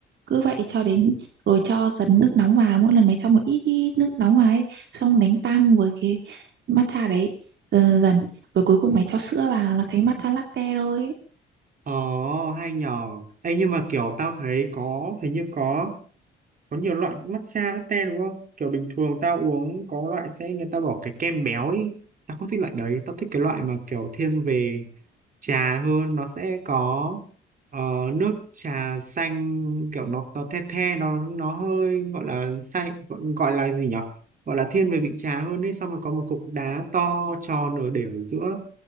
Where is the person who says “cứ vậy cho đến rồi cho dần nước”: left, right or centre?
Right